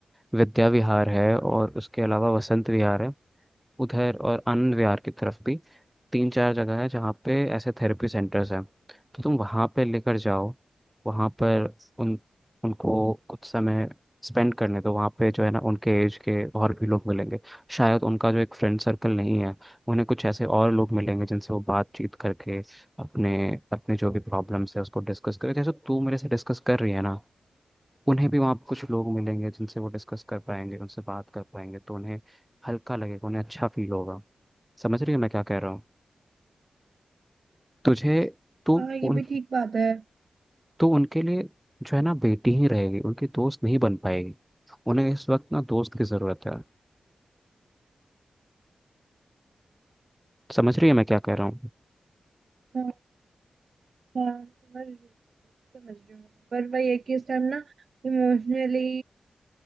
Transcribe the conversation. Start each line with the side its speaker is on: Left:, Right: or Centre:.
Centre: विद्या विहार है और उसके अलावा वसंत विहार है उधर और आनंद विहार की तरफ भी तीन चार जगह है जहाँ पे ऐसे थेरेपी सेंटर्स हैं तो तुम वहाँ पे लेकर जाओ वहाँ पर उन उनको कुछ समय स्पेंड करने दो वहाँ पे जो है ना उनके एज के और भी लोग मिलेंगे शायद उनका जो एक फ्रेंड सर्कल नहीं है उन्हें कुछ ऐसे और लोग मिलेंगे जिनसे वो बातचीत करके अपने अपने जो भी प्रॉब्लम्स है उसको डिस्कस करें जैसे तू मेरे से डिस्कस कर रही है ना उन्हें भी वहाँ पे कुछ लोग मिलेंगे जिनसे वो डिस्कस कर पाएंगे उनसे बात कर पाएंगे तो उन्हें हल्का लगेगा उन्हें अच्छा फील होगा समझ रही है मैं क्या कह रहा हूँ तुझे तू
Right: हाँ ये
Centre: उन
Right: भी ठीक बात है
Centre: तू उनके लिए जो है ना बेटी ही रहेगी उनकी दोस्त नहीं बन पाएगी उन्हें इस वक्त ना दोस्त की ज़रूरत है समझ रही है मैं क्या कह रहा हूँ
Right: हाँ हाँ, समझ रही हूँ बिल्कुल समझ रही हूँ मैं। पर वही है कि इस टाइम ना इमोशनली